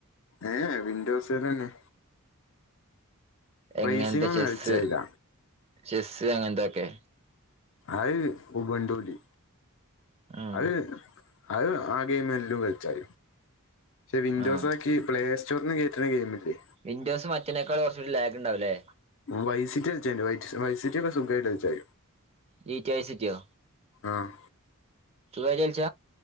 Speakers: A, on the left; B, on the right.
A: എ ഏഹ് വിൻഡോസ്നാനെ
B: എങ്ങൻത്തെ
A: റേസിംഗ് ഒന്നും
B: ചെസ്സ്
A: കളിച്ചായില്ല
B: ചെസ്സ് അങ്ങൻത്തൊക്കെ
A: അത് ഉബണ്ടൂല്
B: ഉം
A: അത് അത് ആഹ് ഗെയിമെല്ലൊം കള്ച്ചാല് പഷെ വിൻഡോസൊക്കീ
B: ആ
A: പ്ലേ ചുർന്ന് കയ്റ്റ്ണ ഗെയിമില്ലെ
B: വിൻഡോസ് മറ്റെനെക്കാളും കൊർച്ച് ലാഗ്ണ്ടാവുംലെ
A: വൈസിറ്റൾച്ച വൈസിറ്റൊക്കെ സുഖിയ്ട്ടൾച്ചാ
B: ജീറ്റ് വൈസിറ്റിയൊ
A: ആഹ്
B: സുഗായിട്ട് കളിച്ച